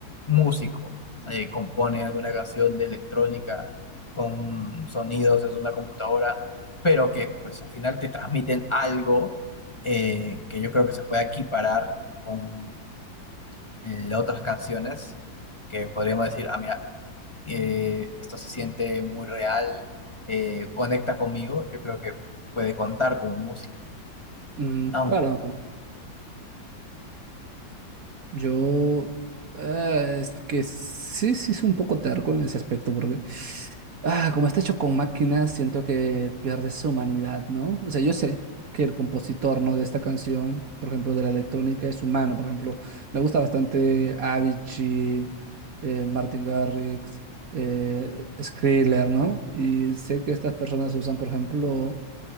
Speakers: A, on the left; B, on the right.
A: músico eh, compone alguna canción de electrónica con sonidos desde una computadora, pero que pues al final te transmiten algo eh, que yo creo que se puede equiparar con eh, otras canciones que podríamos decir, ah, mira, eh, esto se siente muy real, eh, conecta conmigo, yo creo que puede contar como música.
B: mm,
A: Aunque
B: claro, yo eh, es que sí, sí es un poco terco en ese aspecto porque Ah, como está hecho con máquinas, siento que pierde su humanidad, ¿no? O sea, yo sé que el compositor, ¿no? de esta canción, por ejemplo, de la electrónica, es humano. Por ejemplo, me gusta bastante Avicii, eh, Martin Garrix, eh, Skrillex, ¿no? Y sé que estas personas usan, por ejemplo,